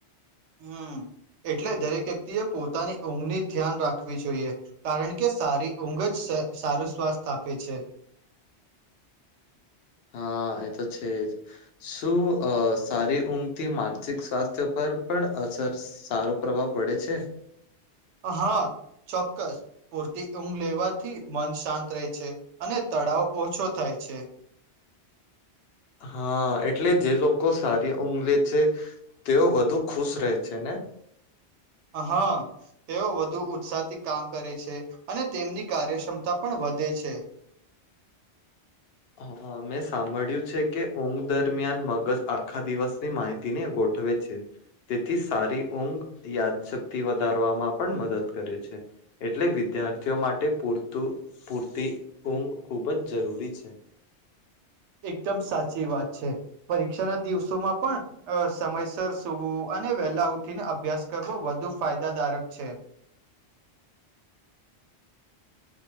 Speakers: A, on the right; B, on the left.
A: હમ્મ એટલે દરેક વ્યક્તિ એ પોતાની ઊંઘની ધ્યાન રાખવી જોઈએ. કારણ કે સારી ઊંઘ જ સા સારું સ્વાસ્થ આપે છે.
B: હા એતો છે જ. શું આ સારી ઊંઘથી માનસિક સ્વાસ્થ્ય પર પણ અસર સારો પ્રભાવ પડે છે.
A: હા ચોક્કસ. પૂરતી ઊંઘ લેવાથી મન શાંત રહે છે અને તનાવ ઓછો થાય છે.
B: હા એટલે જે લોકો સારી ઊંઘ લે છે. તેઓ વધુ ખુશ રહે છે ને.
A: હા. તેઓ વધુ ઉત્સાહ થી કામ કરે છે અને તેમની કાર્યક્ષમતા પણ વધે છે.
B: હ હા મેં સાંભળ્યું છે કે ઊંઘ દરમિયાન મગજ આખા દિવસની માહિતી તી ને ગોઠવે છે. તેથી સારી ઊંઘ યાદશક્તિ વધારવામાં પણ મદદ કરે છે. એટલે વિદ્યાર્થીઓ માટે પૂરતું પૂરતી ઊંઘ ખૂબ જ જરૂરી છે.
A: એકદમ સાચી વાત છે. પરીક્ષા ના દિવસોમાં પણ સમયસર સુવવું અને વહેલા ઉઠીને અભ્યાસ કરવો વધુ ફાયદાદારક છે.